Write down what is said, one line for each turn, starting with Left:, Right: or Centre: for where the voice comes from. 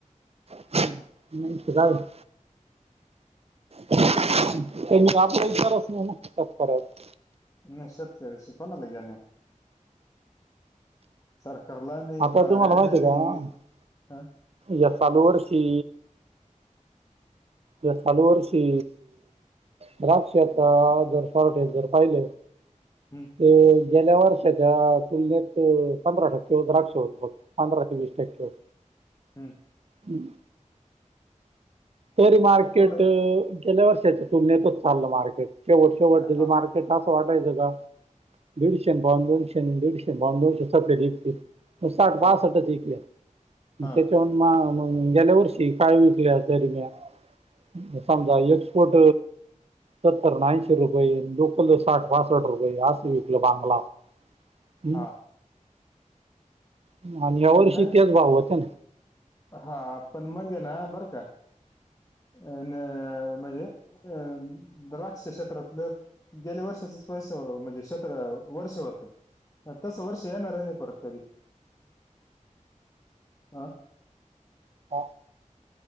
Right: <unintelligible> जाऊदे. मी आपलं इचार असले ना तेच करायच.
Left: न <unintelligible> सुता ना लगेने सरकारला नाही
Right: आता
Left: खाणार्यायला
Right: तुम्हाला माहिती
Left: नाही
Right: आहे का
Left: नी हं.
Right: या चालू वर्षी या चालू वर्षी द्राक्ष आता, जर सावटे जर पाहिलं.
Left: हम्
Right: ते गेल्यावर्षाच्या आत. तुलनेत, पंधरा टक्के व द्राक्ष होत <unintelligible> पंधरा ते वीस टक्केवर.
Left: हम्म
Right: हम्म तरी मार्केट,
Left: तेवढं
Right: गेल्या वर्षाच तुलनेतच चाललं मार्केट शेवटच्या <unintelligible>
Left: हा
Right: मार तिथं असं वाटायचं का दीड <unintelligible> <unintelligible> पण साठ
Left: हा
Right: बासटच विकल्या,
Left: हा
Right: त्याच्यावन मा म गेल्यावर्षी कायम विकल्या होत्या. <unintelligible> मग समजा एक्सपोट सत्तरणऐंशी रुपये लुकल साठ बासट रुपये असं विकलं बांगला. हम्म
Left: हा
Right: हम्म आणि ह्यावर्षी
Left: नाही
Right: तेच भाव होतं ना.
Left: हा पण म्हणजे ना बरं त्या अ न म्हणजे. अम द्राक्ष क्षेत्रातलं गेल्या वर्षाचच पैस म्हणजे शतरा वर्ष होतय. तसं वर्ष येणार आहे ना परत कधी, हा.
Right: <inaudible>